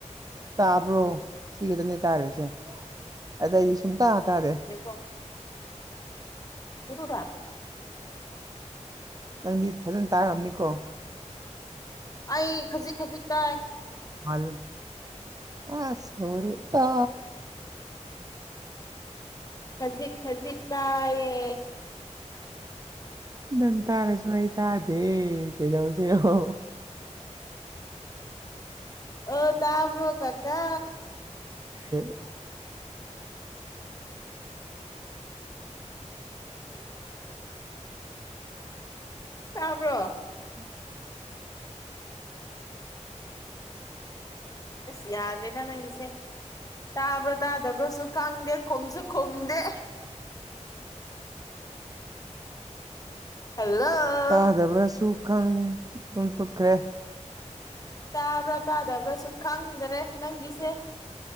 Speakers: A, on the right; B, on the left.
A: ꯇꯥꯕ꯭ꯔꯣ ꯁꯤ ꯇꯅꯦ ꯇꯥꯈ꯭ꯔꯤꯁꯦ ꯑꯗ ꯑꯩꯗꯤ ꯁꯨꯝ ꯇꯥꯇꯥꯥꯔꯦ
B: ꯀ ꯌꯦ ꯀꯗ
A: ꯅꯪꯗꯤ ꯐꯖꯅ ꯇꯥꯈ꯭ꯔꯕꯅꯤꯀꯣ
B: ꯑꯩ ꯈꯖꯤꯛ ꯈꯖꯤꯛꯇꯥꯏ
A: ꯜ ꯑ ꯁꯔꯤꯦ ꯇ
B: ꯈꯖꯤꯛ ꯈꯖꯤꯛ ꯇꯥꯏꯌꯦ
A: ꯅꯪ ꯇꯥꯔꯁꯨ ꯑꯩ ꯇꯥꯗꯦ ꯀꯩꯗꯧꯁꯤꯔꯣ
B: ꯑꯣ ꯇꯥꯕꯕꯣ ꯀꯀ
A: ꯎ
B: ꯇꯕ꯭ꯔꯣ
A: ꯃ
B: ꯑꯁ ꯌꯥꯗ ꯂꯩ ꯇꯅꯪ ꯂꯤꯁꯦ ꯇꯥꯕ꯭ꯔꯥ ꯇꯥꯗꯕ꯭ꯔꯁꯨ ꯈꯪꯗꯦ ꯈꯣꯨꯝꯁꯨ ꯈꯣꯨꯝꯗꯦ ꯍꯗ
A: ꯇꯥꯗꯕ꯭ꯔꯁꯨ ꯈꯪ ꯑꯗꯨꯝ ꯇꯨꯠꯈ꯭ꯔꯦ
B: ꯇꯥꯕ꯭ꯔꯥ ꯇꯥꯗꯕ꯭ꯔꯥꯁꯨ ꯈꯥꯡꯅꯤꯡꯗꯔꯦ ꯅꯪꯒꯤꯁꯦ